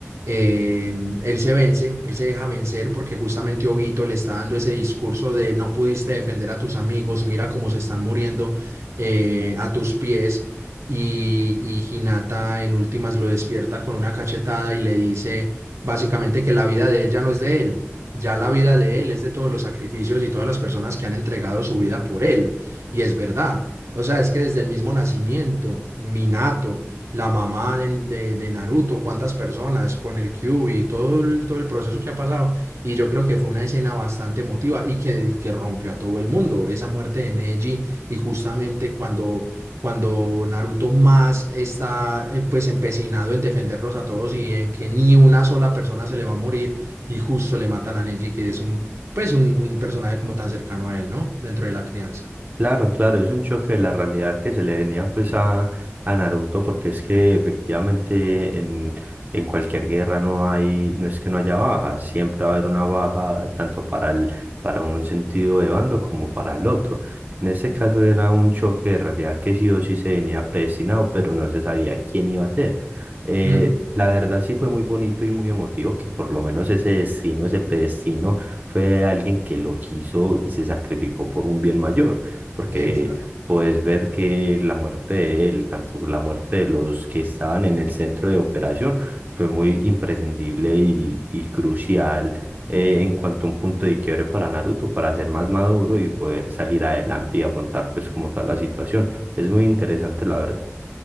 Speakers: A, on the right; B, on the right.
A: eh, él se vence, él se deja vencer porque justamente Obito le está dando ese discurso de no pudiste defender a tus amigos, mira cómo se están muriendo eh, a tus pies y, y Hinata en últimas lo despierta con una cachetada y le dice básicamente que la vida de él ya no es de él, ya la vida de él es de todos los sacrificios y todas las personas que han entregado su vida por él. Y es verdad. O sea, es que desde el mismo nacimiento, Minato, la mamá de, de- de Naruto, cuántas personas con el Kyuubi, todo el, todo el proceso que ha pasado. Y yo creo que fue una escena bastante emotiva y que, que rompió a todo el mundo. Esa muerte de Neji y justamente cuando, cuando Naruto más está eh, pues empecinado en defenderlos a todos y en que ni una sola persona se le va a morir y justo le matan a Neji, que es un, pues un, un personaje como tan cercano a él, ¿no? Dentro de la crianza.
B: Claro, claro, es un choque de la realidad que se le venía pues a, a Naruto, porque es que efectivamente en, en cualquier guerra no hay, no es que no haya bajas, siempre va a haber una baja tanto para el, para un sentido de bando como para el otro. En este caso era un choque de realidad que sí o sí se venía predestinado, pero no se sabía quién iba a ser. Eh,
A: Ujú.
B: la verdad sí fue muy bonito y muy emotivo que por lo menos ese destino, ese predestino, fue alguien que lo quiso y se sacrificó por un bien mayor porque
A: Exacto.
B: puedes ver que la muerte de él, tanto la muerte de los que estaban en el centro de operación, fue muy imprescindible y, y crucial eh, en cuanto a un punto de quiebre para Naruto, para ser más maduro y poder salir adelante y afrontar pues como tal la situación. Es muy interesante, la verdad.